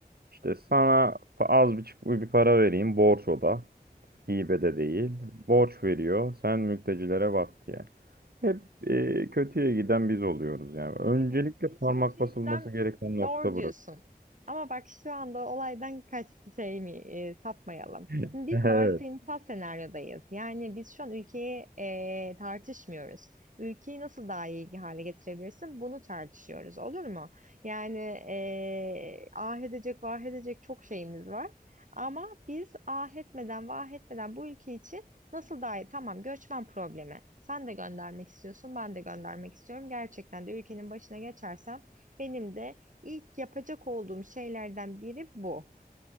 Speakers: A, on the right; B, on the right.
A: İşte sana pa- az bir, bir para vereyim, borç o da. Hibe de değil. Borç veriyor. Sen mültecilere bak diye. Hep e, kötüye giden biz oluyoruz yani. Öncelikle
B: Evet, biz
A: parmak
B: kötüye
A: basılması
B: giden
A: gereken nokta
B: doğru diyorsun.
A: burası.
B: Ama bak şu anda olaydan kaç şey mi e, sapmayalım.
A: <laughs>
B: Şimdi biz
A: Evet.
B: varsayımsal senaryodayız. Yani biz şu an ülkeyi e, tartışmıyoruz. Ülkeyi nasıl daha iyi hale getirebilirsin? Bunu tartışıyoruz, olur mu? Yani e, ah edecek, vah edecek çok şeyimiz var. Ama biz ah etmeden, vah etmeden bu ülke için Nasıl daha Tamam, göçmen problemi. Sen de göndermek istiyorsun, ben de göndermek istiyorum. Gerçekten de ülkenin başına geçersem benim de ilk yapacak olduğum şeylerden biri bu.